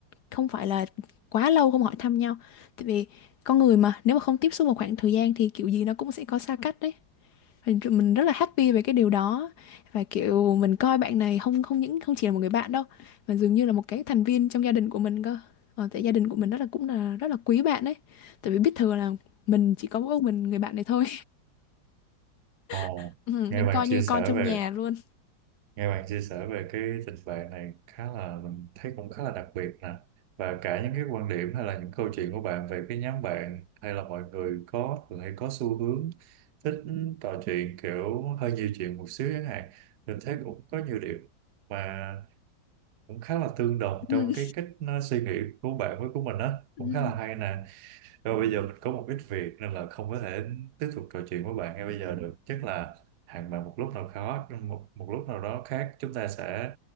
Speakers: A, on the left; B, on the right.
A: không phải là quá lâu không hỏi thăm nhau tại vì con người mà nếu mà không tiếp xúc một khoảng thời gian thì kiểu gì nó cũng sẽ có xa cách đấy và tụi mình rất là happy về cái điều đó và kiểu mình coi bạn này không không những không chỉ là một người bạn đâu mà dường như là một cái thành viên trong gia đình của mình cơ ờ, tại gia đình của mình rất là cũng là rất là quý bạn ấy tại vì biết thừa là mình chỉ có mỗi mình người bạn này thôi
B: ồ
A: <laughs> ừ,
B: nghe
A: nên
B: bạn
A: coi
B: chia
A: như
B: sẻ
A: con trong
B: về
A: nhà luôn
B: Nghe bạn chia sẻ về cái tình bạn này khá là mình thấy cũng khá là đặc biệt nè và cả những cái quan điểm hay là những câu chuyện của bạn về cái nhóm bạn hay là mọi người có thường hay có xu hướng thích trò chuyện kiểu hơi nhiều chuyện một xíu chẳng hạn mình thấy cũng có nhiều điểm mà cũng khá là tương
A: <laughs>
B: đồng
A: ừ,
B: trong cái cách uh, suy nghĩ của bạn với của mình á
A: ừ,
B: cũng khá là hay nè rồi bây giờ mình có một ít việc nên là không có thể tiếp tục trò chuyện với bạn ngay bây giờ được. Chắc là hẹn bạn một lúc nào khó, một một lúc nào đó khác chúng ta sẽ